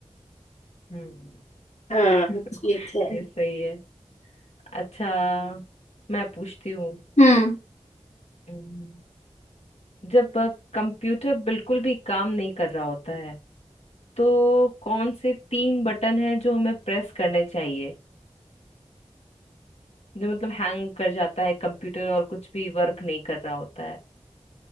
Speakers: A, on the left; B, on the left.
A: हम्म
B: हाँ
A: <laughs>
B: ठीक है
A: ये सही है अच्छा मैं पूछती हूँ
B: हम्म
A: हम्म, जब अ, कंप्यूटर बिल्कुल भी काम नहीं कर रहा होता है तो कौन से तीन बटन हैं जो हमें प्रेस करने चाहिए जो मतलब हैंग कर जाता है कंप्यूटर और कुछ भी वर्क नहीं कर रहा होता है